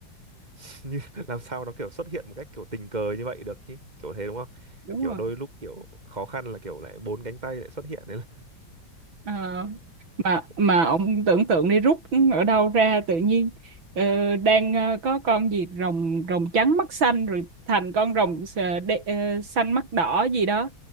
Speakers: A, on the right; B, on the right.
A: <laughs> như làm sao nó kiểu xuất hiện một cách kiểu tình cờ như vậy được chứ kiểu thế đúng không
B: đúng
A: kiểu
B: rồi
A: đôi lúc kiểu khó khăn là kiểu lại bốn cánh tay lại xuất hiện đấy là
B: Ờ, mà
A: ừ,
B: mà ông tưởng tượng đi rút ở đâu ra tự nhiên ờ, đang ờ, có con gì rồng rồng trắng mắt xanh rồi thành con rồng ờ, đe, ờ, xanh mắt đỏ gì đó